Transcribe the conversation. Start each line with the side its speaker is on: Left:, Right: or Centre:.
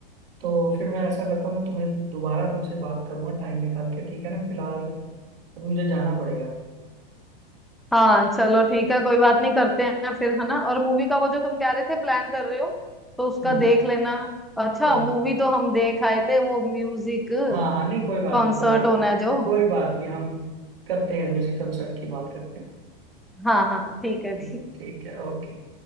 Right: तो फिर मैं ऐसा करता हूँ मैं तुम्हें दोबारा तुमसे बात करूंगा टाइम निकाल के ठीक है ना फिलहाल अब मुझे जाना पड़ेगा
Centre: हाँ चलो ठीक है कोई बात नहीं करते हैं फिर है ना और मूवी का वो जो तुम कह रहे थे प्लान कर रहे हो तो उसका
Right: हम्म
Centre: देख लेना अच्छा
Right: और
Centre: मूवी तो हम देख आए थे वो म्यूजिक
Right: हाँ हाँ नहीं कोई बात
Centre: कॉन्सर्ट
Right: नहीं कोई बात
Centre: होना
Right: नहीं
Centre: है जो
Right: कोई बात नहीं हम करते हैं म्यूजिक कंसर्ट की बात करते हैं
Centre: हाँ हाँ ठीक है ठीक
Right: हम्म, ठीक है ओके